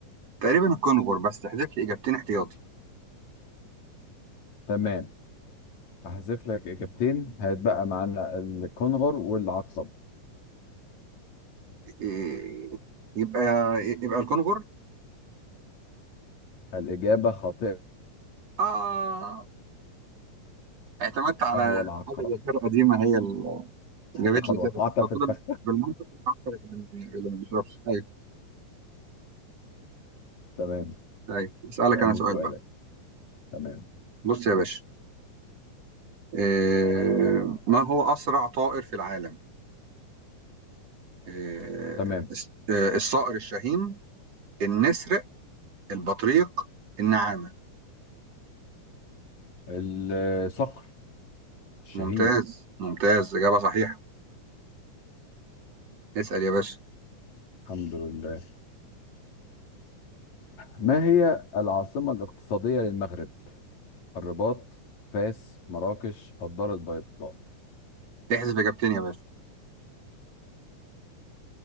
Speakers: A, on the right; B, on the left.
A: تقريبا الكونغر بس تحذف لي إجابتين احتياطي.
B: تمام هحذف لك اجابتين هيتبقى معانا الكنغر والعقرب
A: إيه، يبقى يبقى الكونغر؟
B: الإجابة خاطئة
A: آه اعتمدت على
B: هو العقرب
A: حاجه ذاكره قديمه هي اللي جابت
B: لقد
A: لي
B: وقعت
A: كده
B: في
A: فكده
B: الفخ
A: بالمنطق كنت هختار اللي اللي ما بيشربش ايوه
B: <laughs> تمام
A: ايوه اسالك
B: سألني
A: انا سؤال
B: سؤالك
A: بقى
B: تمام
A: بص يا باشا آه، ما هو اسرع طائر في العالم آه،
B: تمام
A: الس- آه، الصقر الشاهين النسر البطريق النعامه
B: الصقر الشاهين
A: ممتاز ممتاز اجابه صحيحه اسال يا باشا
B: الحمد لله ما هي العاصمة الاقتصادية للمغرب الرباط فاس مراكش الدار البيضاء
A: تحذف اجابتين يا باشا